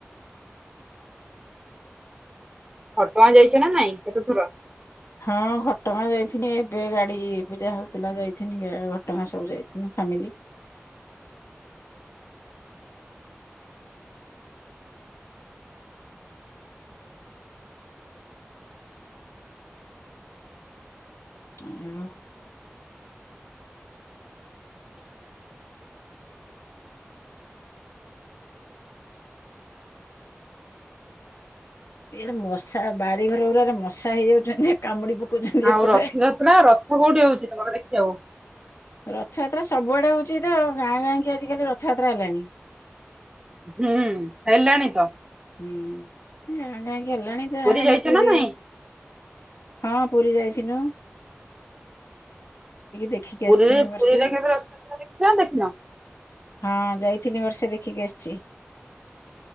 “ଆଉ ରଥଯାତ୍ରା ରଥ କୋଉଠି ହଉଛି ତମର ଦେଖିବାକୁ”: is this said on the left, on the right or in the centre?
Right